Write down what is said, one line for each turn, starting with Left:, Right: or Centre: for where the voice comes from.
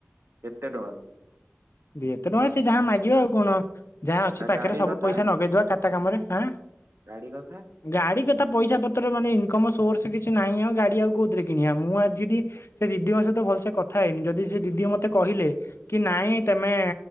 Right: କେତେ ଟଙ୍କା?
Left: ଯେତେ ଟଙ୍କା ସିଏ ଯାହା ମାଗିବେ ଆଉ କଣ ଯାହା ଅଛି
Right: ନା
Left: ପାଖେରେ
Right: ଗାଡି
Left: ସବୁ
Right: କଥା
Left: ପଇସା ନଗେଇଦବା ଖାତା କାମରେ ଆଁ।
Right: ଗାଡି କଥା?
Left: ଗାଡି କଥା ପଇସା ପତ୍ର ମାନେ ଇନକମ୍ ସୋର୍ସ କିଛି ନାହିଁ ଆଉ ଗାଡି ଆଉ କୋଉଥିରେ କିଣିବା ମୁଁ ଆଜି ଟି ସେ ଦିଦିଙ୍କ ସହିତ ଭଲସେ କଥା ହେଇନି ଯଦି ସେ ଦିଦି ମତେ କହିଲେ କି ନାଇଁ ତମେ